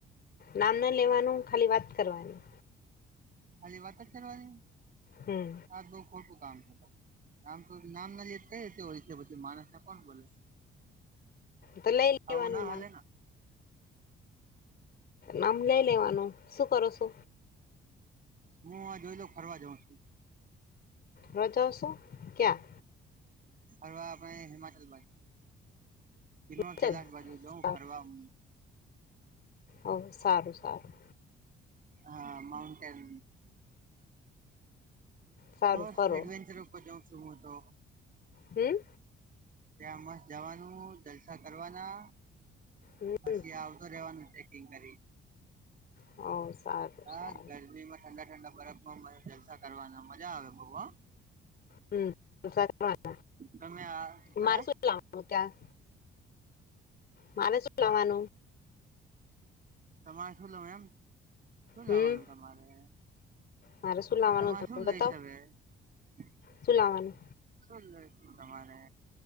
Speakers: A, on the left; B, on the right.
A: નામ ન લેવાનું ખાલી વાત કરવાની
B: ખાલી વાત જ કરવાની
A: હમ
B: આજ બઉ ખોટું કામ છે પછી નામ તો નામ ના લે કઈ રીતી ઓળખે છે પછી માણસને કોણ બોલે
A: તો લઈ લેવાનું
B: આવું ના હાલે
A: નામ
B: ને
A: નામ લઈ લેવાનું શું કરો છો
B: હું આ જોઈલો ફરવા જઉં છું
A: રજાશો ક્યાં
B: હવા આપને હિમાચલ બાજુ કિનવા
A: ચાલ
B: કેૈલાશ બાજુ જઉ
A: સારું
B: ફરવા હમમ
A: ઓ સારું સારું
B: હા માઉન્ટન્ટેન
A: સારું
B: બસ
A: ફરો
B: એડવેન્ચર ઉપર જાઉં છું હું તો
A: હમ
B: ત્યાં મસ્ત જવાનું જલસા કરવાના
A: હમ
B: પછી આવતો રેવાનું ચેકિંગ કરી
A: હ સારું
B: હા
A: સારું
B: ગરમીમાં ઠંડા ઠંડા બરફમાં મારે જલસા કરવાના મજા આવે બઉ હ
A: હમ જલસા કરવાના.
B: તમે આ હે
A: મારે શું લાવવાનું ત્યાં મારે શું લવાનું
B: તમારે શું લઉ એમ શું લાવવાનું
A: હમ
B: તમારે
A: મારે શું લાવવાનું
B: તમારે
A: તમે
B: શું લઈ
A: બતાવ
B: <unintelligible>
A: શું લાવવાનું
B: શું લઈં તમારે